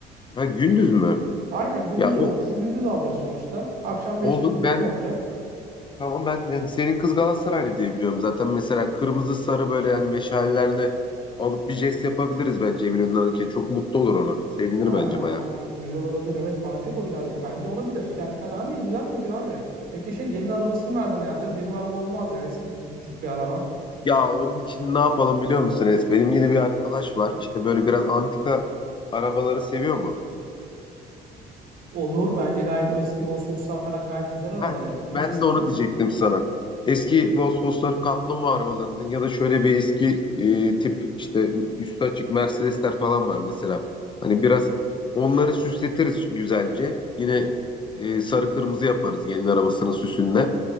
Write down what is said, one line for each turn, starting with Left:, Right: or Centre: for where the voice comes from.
Left: Ha gündüz mü?
Right: Aynen gündüz
Left: Ya
Right: olur.
Left: o
Right: Kızı gündüz alacağız sonuçta. Akşam beşte
Left: olur
Right: bir
Left: ben
Right: düğün olacak.
Left: tamam ben yani senin kız Galatasaraylı diye biliyorum. Zaten mesela kırmızı sarı böyle yani meşallerle alıp bir jest yapabiliriz bence evin önünden alırken. Çok mutlu olur ona. Sevinir
Right: Aa,
Left: bence bayağı.
Right: güzel olabilir. Evet fanatik o birazcık. Bence olabilir. Yani fena değil. Güzel fikir abi. Peki şey gelin arabasını nereden ayarlayacağız? Benim araba olmaz ya. Eski tip, tip bir araba.
Left: Ya onun için ne yapalım biliyor musun Enes? Benim yine bir arkadaş var. İşte böyle biraz antika arabaları seviyor mu?
Right: Olur. Bence gayet o eski Volkswagen'lar falan gayet güzel arabalar
Left: Heh,
Right: yani. İkimiz
Left: ben
Right: de seviyoruz.
Left: de onu diyecektim sana. Eski Volkswagen kaplumbağa arabalarından ya da şöyle bir eski e, tip işte üstü açık Mercedesler falan var mesela. Hani biraz onları süsletiriz güzelce. Yine e, sarı kırmızı yaparız gelin arabasının süsünde.